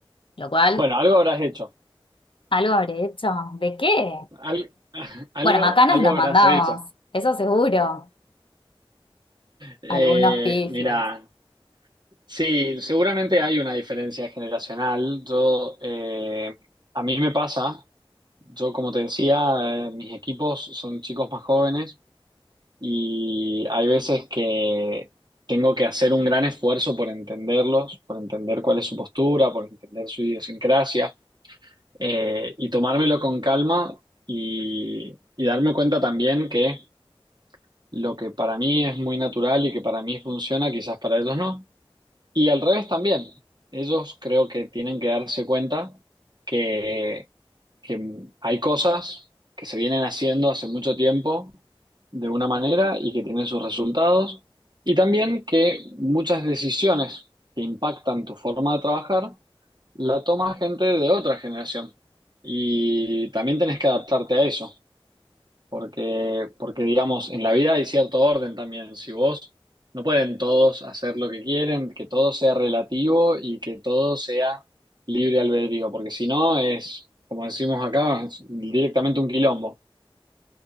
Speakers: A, on the left; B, on the right.
A: lo cual
B: Bueno, algo habrás hecho.
A: algo habré hecho. ¿De qué?
B: Al- <laughs> algo,
A: Bueno, macanas
B: algo
A: nos
B: habrás
A: mandamos,
B: hecho.
A: eso seguro.
B: Eh,
A: Algunos pifies.
B: mira, sí, seguramente hay una diferencia generacional. Yo, eh, a mí me pasa, yo como te decía, eh, mis equipos son chicos más jóvenes. y hay veces que tengo que hacer un gran esfuerzo por entenderlos, por entender cuál es su postura, por entender su idiosincrasia, eh, y tomármelo con calma y, y darme cuenta también que lo que para mí es muy natural y que para mí funciona, quizás para ellos no. Y al revés también, ellos creo que tienen que darse cuenta que, que hay cosas que se vienen haciendo hace mucho tiempo de una manera y que tienen sus resultados, y también que muchas decisiones que impactan tu forma de trabajar la toma gente de otra generación, y también tenés que adaptarte a eso. Porque, porque, digamos, en la vida hay cierto orden también. Si vos no pueden todos hacer lo que quieren, que todo sea relativo y que todo sea libre albedrío, porque si no es, como decimos acá, es directamente un quilombo.